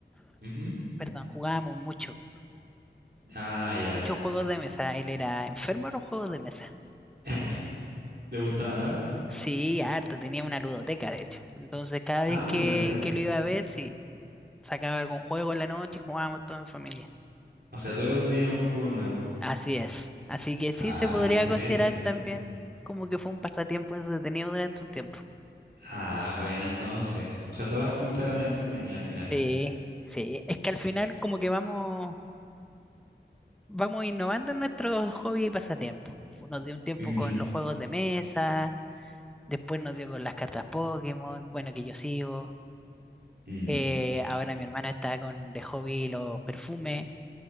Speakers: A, on the right (about 65°); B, in the centre.
A: Ujú.
B: perdón, jugábamos mucho,
A: Ah, ya.
B: muchos juegos de mesa. Él era enfermo de los juegos de mesa.
A: <laughs> ¿Le gustaban harto?
B: Sí, harto, tenía una ludoteca, de hecho. Entonces, cada vez
A: Ah, uno
B: que,
A: lo teca.
B: que lo iba a ver, sí, sacaba algún juego en la noche y jugábamos todo en familia.
A: O sea, todos los días un juego nuevo.
B: Así es. Así que sí
A: Ah,
B: se podría
A: entrete,
B: considerar
A: sí.
B: también como que fue un pasatiempo entretenido durante un tiempo.
A: Ah, bueno, entonces. O sea, todas las juntas eran entretenidas al final.
B: Sí, sí. Es que al final como que vamos, vamos innovando en nuestros hobbies y pasatiempos. Nos dio un tiempo
A: Mm,
B: con los juegos de mesa, después nos dio con las cartas Pokémon, bueno, que yo sigo.
A: <laughs> mm.
B: Eh, ahora mi hermana está con de hobby los perfumes.